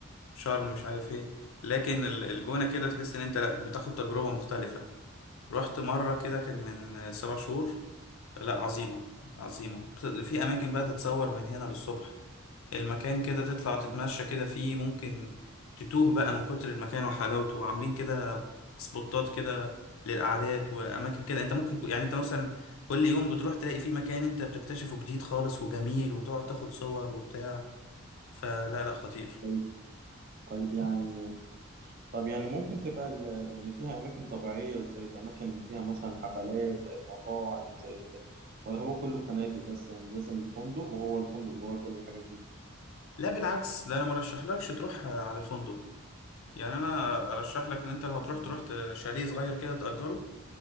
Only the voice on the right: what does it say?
مم.
طيب طيب يعني طب يعني ممكن تبقى ال- يعني فيها أماكن طبيعية زي الأماكن فيها مثلا حفلات زي المطاعم زي ده ولا هو كله فنادق بس يعني لازم فندق وهو الفندق جواه كل الحاجات دي
مم.